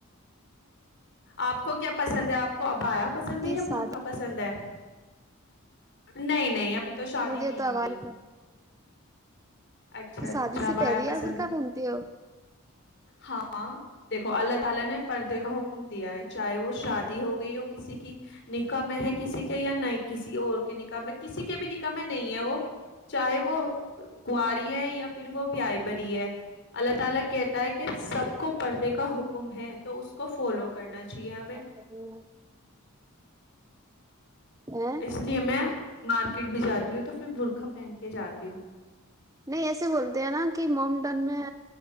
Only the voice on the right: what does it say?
کی
شادی
مجھے
تو آوار
تھا
تو
شادی سے
پہلے
آپ برقع
پہنتے ہو
<unintelligible> ا
نہیں ایسے بولتے ہیں نا کہ مومڈن میں